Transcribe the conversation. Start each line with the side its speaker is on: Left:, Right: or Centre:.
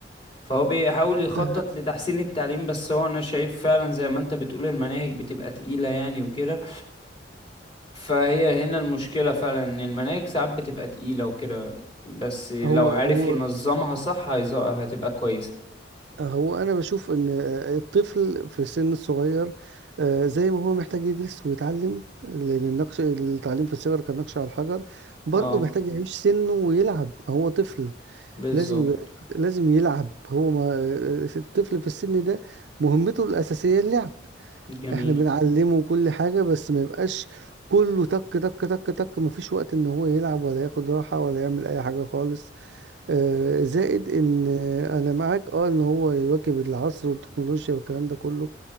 Left: فهو بيحاول يخطط
Right: آه،
Left: لتحسين التعليم بس هو انا شايف فعلا زي ما انت بتقول المناهج بتبقى تقيلة يعني وكده فهي هنا المشكلة فعلا ان المناهج ساعات بتبقى تقيلة وكده بس لو
Right: هو
Left: عارف
Right: هو
Left: ينظمها صح هيز- هتبقى كويسة
Right: هو انا بشوف ان آه، الطفل في السن الصغير آه، زي ما هو محتاج يدرس ويتعلم لان النقش التعليم في الصغر كالنقش على الحجر برضه
Left: اه
Right: محتاج يعيش سنه ويلعب هو طفل
Left: بالظبط
Right: لازم يبقى- لازم يلعب هو ما آه، الطفل في السن ده مهمته الاساسيه اللعب
Left: جميل
Right: احنا بنعلمه كل حاجه بس ما يبقاش كله تك تك تك تك مفيش وقت ان هو يلعب ولا ياخد راحه ولا يعمل اي حاجه خالص آه، زائد ان آه، انا معاك اه ان هو يواكب العصر والتكنولوجيا والكلام ده كله